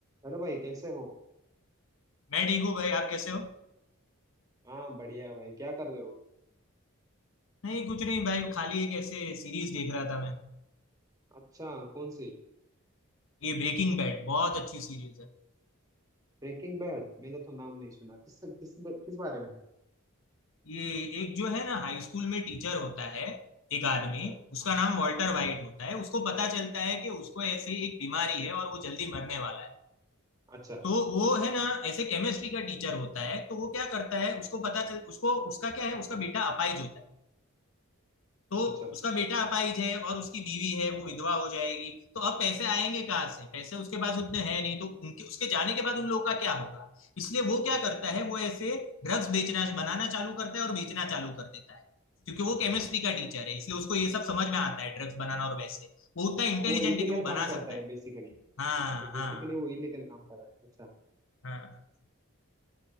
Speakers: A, on the right; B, on the left.
A: Hello भाई कैसे हो
B: मैं ठीक हूँ भाई आप कैसे हो
A: हाँ बढ़िया भाई क्या कर रहे हो
B: नहीं कुछ नहीं भाई खाली एक ऐसे सीरीज देख रहा था मैं
A: अच्छा कौन सी
B: ये ब्रेकिंग बैड बहुत अच्छी सीरीज है
A: ब्रेकिंग बैड मैंने तो नाम नहीं सुना किस किस किस बारे में है
B: ये एक जो है ना हाई स्कूल में टीचर होता है एक
A: अच्छा
B: आदमी उसका नाम
A: ओके
B: वॉल्टर वाइट होता है उसको पता चलता है कि उसको ऐसे एक बीमारी है और वो जल्दी मरने वाला है
A: अच्छा
B: तो वो है ना ऐसे केमिस्ट्री का टीचर होता है तो वो क्या करता है
A: हाँ
B: उसको पता चल उसको उसका क्या है उसका बेटा अपाहिज होता है तो
A: अच्छा
B: उसका बेटा अपाहिज है और उसकी बीवी है वो विधवा हो जाएगी तो अब पैसे आएंगे कहाँ से पैसे उसके पास उतने हैं नहीं तो उनके उसके जाने के बाद उन लोगों का क्या होगा इसलिए वो क्या करता है वो ऐसे ड्रग्स बेचना बनाना चालू करता है और बेचना चालू कर देता है क्योंकि वो केमिस्ट्री का टीचर है इसलिए उसको ये सब समझ में आता है ड्रग्स बनाना और वैसे वो उतना इंटेलिजेंट
A: तो वो इलीगल
B: है कि वो बना
A: काम करता
B: सकता
A: है
B: है
A: बेसिकली
B: हाँ
A: तो बेसिकली
B: हाँ
A: वो इलीगल काम कर रहा है अच्छा
B: हाँ